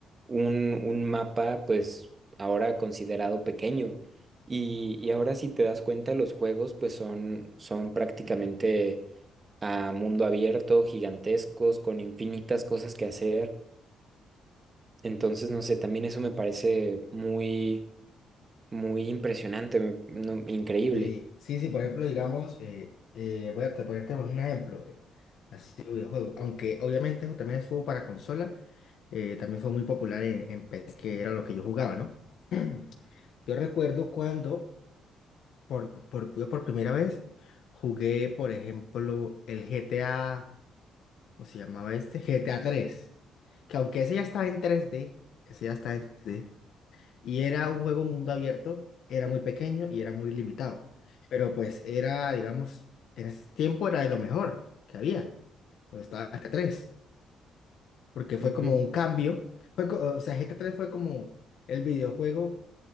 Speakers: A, on the right; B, on the left.
A: un, un mapa pues ahora considerado pequeño. Y, y ahora si te das cuenta, los juegos pues son, son prácticamente a mundo abierto, gigantescos, con infinitas cosas que hacer. Entonces, no sé, también eso me parece muy, muy impresionante, me- no, increíble.
B: Sí, sí, sí, por ejemplo, digamos, eh, eh, voy a te- ponerte un ejemplo, eh, así de videojuego, aunque obviamente eso también estuvo para consola, eh, también fue muy popular en, en PC, que era lo que yo jugaba, ¿no? <clears throat> Yo recuerdo cuando, por, por, yo por primera vez, jugué, por ejemplo, el GTA. ¿Cómo se llamaba este? GTA 3. Que aunque ese ya estaba en 3D, ese ya estaba en 3D, y era un juego mundo abierto, era muy pequeño y era muy limitado. Pero pues era, digamos, en ese tiempo era de lo mejor que había, cuando estaba GTA 3. Porque fue
A: Ujú.
B: como un cambio. Fue, co- o sea, GTA 3 fue como el videojuego,